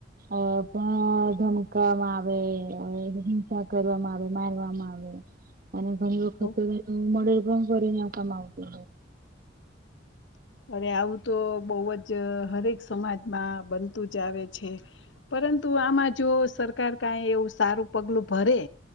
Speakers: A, on the right; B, on the left.
A: અ પણ ધમકવામાં આવે હિંસા કરવામાં આવે મારવામાં આવે. અને ઘણી વખત
B: તો
A: મડર પણ કરે ને આવામાં આવતો.
B: અરે આવું તો બહુ જ હરેક સમાજમાં બનતું જ આવે છે. પરંતુ આમાં જો સરકાર કઈ એવું સારું પગલું ભરે.